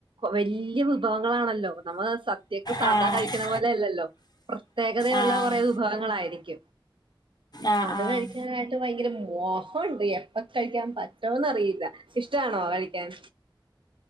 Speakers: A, on the right (about 80°); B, on the left (about 50°).
A: വല്യ വിഭവങ്ങളാണല്ലോ, നമ്മൾ സദ്യയക്ക് സാധാ
B: ആഹ്
A: കഴിക്കണ, പോലെ അല്ലല്ലോ? പ്രത്യേകതയുള്ള
B: ആഹ്
A: കുറേ വിഭവങ്ങളായിരിക്കും
B: ആഹ്
A: അപ്പ അത്
B: ആഹ്
A: കഴിക്കാനായി ഭയങ്കര മോഹമുണ്ട്. എപ്പൊ കഴിക്കാൻ പറ്റോന്ന് അറിയില്ല ഇഷ്ടാണോ കഴിക്കാൻ.